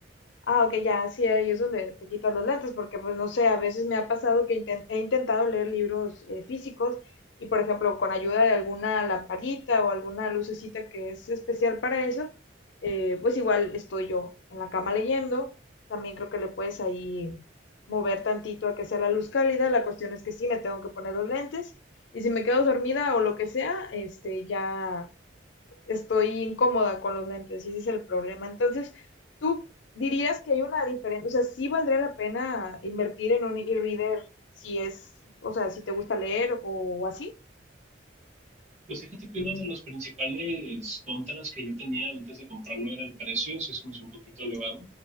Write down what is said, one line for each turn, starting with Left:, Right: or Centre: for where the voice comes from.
Left: Ah, ok, ya, sí, ahí es donde te quitas los lentes, porque pues no sé, a veces me ha pasado que inten- he intentado leer libros eh, físicos y por ejemplo con ayuda de alguna lamparita o alguna lucecita que es especial para eso, eh, pues igual estoy yo en la cama leyendo, también creo que le puedes ahí mover tantito a que sea la luz cálida, la cuestión es que sí me tengo que poner los lentes y si me quedo dormida o lo que sea, este ya estoy incómoda con los lentes y ese es el problema. Entonces, ¿tú dirías que hay una diferencia? O sea, ¿sí valdría la pena invertir en un e-reader si es, o sea, si te gusta leer o, así?
Right: Pues fíjate que uno de los principales contras que yo tenía antes de comprarlo era el precio, sí se me hizo un poquito elevado,